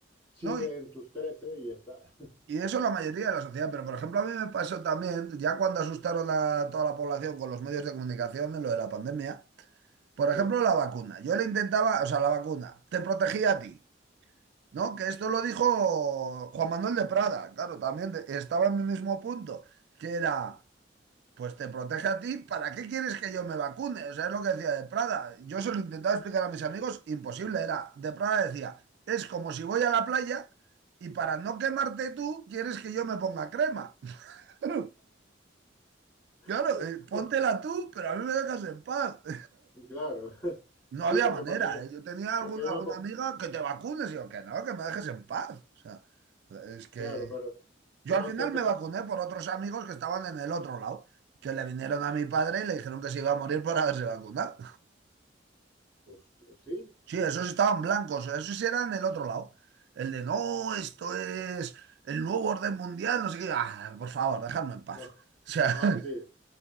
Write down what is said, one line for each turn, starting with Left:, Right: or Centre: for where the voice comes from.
Left: sigue
Right: No, y,
Left: en tus trece y ya está. <laughs>
Right: y eso la mayoría de la sociedad, pero por ejemplo, a mí me pasó también, ya cuando asustaron a toda la población con los medios de comunicación en lo de la pandemia, por ejemplo,
Left: Sí.
Right: la vacuna. Yo le intentaba, o sea, la vacuna, te protegía a ti. No, que esto lo dijo Juan Manuel de Prada, claro, también de- estaba en mi mismo punto, que era, pues te protege a ti, ¿para qué quieres que yo me vacune? O sea, es lo que decía de Prada. Yo se lo intentaba explicar a mis amigos, imposible era. De Prada decía, es como si voy a la playa y para no quemarte tú, quieres que yo me ponga crema. <laughs>
Left: <laughs>
Right: Claro, eh, póntela tú, pero a mí me dejas en paz. <laughs>
Left: Y Claro, <laughs>
Right: Claro.
Left: sí,
Right: No había
Left: porque,
Right: manera,
Left: porque, yo,
Right: ¿eh? Yo tenía algún-
Left: porque yo
Right: alguna
Left: me pongo.
Right: amiga que te vacunes y yo que no, que me dejes en paz. O sea, es que
Left: Claro, pero,
Right: yo
Left: pero
Right: al
Left: hay
Right: final
Left: gente
Right: me
Left: que.
Right: vacuné por otros amigos que estaban en el otro lado, que le vinieron a mi padre y le dijeron que se iba a morir por haberse vacunado.
Left: Pues, sí,
Right: Sí, esos estaban blancos, esos sí eran el otro lado. El de no, esto es el nuevo orden mundial, no sé qué. Ah, por favor, dejadme en paz.
Left: ah,
Right: O sea,
Left: ah, sí, eh,
Right: <laughs>